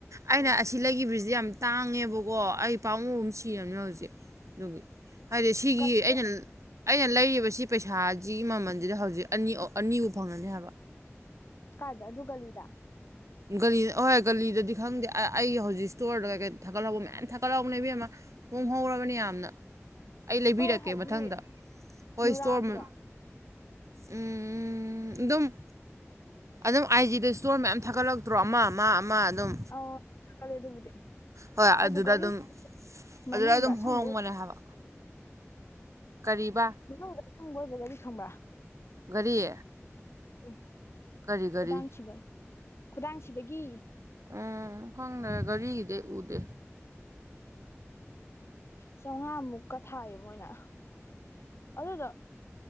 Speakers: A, on the right (about 85°); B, on the left (about 55°).
A: ꯑꯩꯅ
B: ꯑꯗꯨꯗꯣ
A: ꯑꯁꯤ ꯂꯩꯒꯤꯕꯁꯤꯗꯤ ꯌꯥꯝ ꯇꯥꯡꯉꯦꯕꯀꯣ ꯑꯩ ꯄꯥꯃꯨꯕꯅ ꯁꯤꯔꯕꯅꯦ ꯍꯧꯖꯤꯛ ꯑꯗꯨꯒꯤ ꯍꯥꯏꯗꯤ ꯁꯤꯒꯤ
B: ꯒꯂꯤꯗ
A: ꯑꯩꯅ ꯑꯩꯅ ꯂꯩꯔꯤꯕ ꯁꯤ ꯄꯩꯁꯥꯁꯤꯒꯤ ꯃꯃꯜꯁꯤꯗ ꯍꯧꯖꯤꯛ ꯑꯅꯤ ꯑꯣ ꯑꯅꯤꯕꯨ ꯐꯪꯉꯅꯤ ꯍꯥꯏꯕ
B: ꯀꯥꯏꯗ ꯑꯗꯨ ꯒꯂꯤꯗ
A: ꯒꯂꯤꯗ ꯑꯍꯣꯏ ꯒꯂꯤꯗꯗꯤ ꯈꯪꯗꯦ ꯑꯩ ꯍꯧꯖꯤꯛ ꯁ꯭ꯇꯣꯔꯗ ꯀꯩꯀꯩ ꯊꯥꯒꯠꯂꯛꯄ ꯃꯌꯥꯝ ꯊꯥꯒꯠꯍꯧꯕꯅꯦ ꯏꯕꯦꯝꯃ ꯍꯣꯡꯍꯧꯔꯕꯅꯤ ꯌꯥꯝꯅ ꯑꯩ
B: ꯏꯁꯇꯣꯔ
A: ꯂꯩꯕꯤꯔꯛꯀꯦ
B: ꯍꯥꯏꯗꯤ
A: ꯃꯊꯪꯗ ꯍꯣꯏ
B: ꯅꯨꯔꯥꯒꯤꯗꯣ
A: ꯏꯁꯇꯣꯔ ꯎꯝ ꯎꯝ ꯑꯗꯨꯝ ꯑꯗꯨꯝ ꯑꯥꯏꯖꯤꯗ ꯏꯁꯇꯣꯔ ꯃꯌꯥꯝ ꯊꯥꯒꯠꯂꯛꯇ꯭ꯔꯣ ꯑꯃ ꯑꯃ ꯑꯃ ꯑꯗꯨꯝ
B: ꯑꯣ ꯊꯥꯒꯠꯂꯦ ꯑꯗꯨꯕꯨꯗꯤ
A: ꯍꯣꯏ
B: ꯑꯩꯁꯨ
A: ꯑꯗꯨꯗ
B: ꯒꯥꯔꯤ
A: ꯑꯗꯨꯝ
B: ꯃꯅꯨꯡꯗ
A: ꯑꯗꯨꯗ ꯑꯗꯨꯝ
B: ꯑꯁꯪꯕ
A: ꯍꯣꯡꯕꯅꯦ
B: ꯑꯣꯏ
A: ꯍꯥꯏꯕ ꯀꯔꯤꯕ
B: ꯃꯅꯨꯡꯗ ꯑꯁꯪꯕ ꯑꯣꯏꯕ ꯒꯥꯔꯤ ꯈꯪꯕ꯭ꯔꯥ
A: ꯒꯥꯔꯤ
B: <inaudible>
A: ꯀꯔꯤ ꯘꯔꯤ
B: ꯈꯨꯗꯥꯡ ꯁꯤꯕ ꯈꯨꯗꯥꯡ ꯁꯤꯕꯒꯤ
A: ꯎꯝ ꯈꯪꯗꯦ ꯘꯔꯤꯒꯤꯗꯤ ꯑꯩ ꯎꯗꯦ
B: ꯆꯧꯉꯥ ꯃꯨꯛꯀ ꯊꯥꯏꯌꯦ ꯃꯣꯏꯅ ꯑꯗꯨꯗꯣ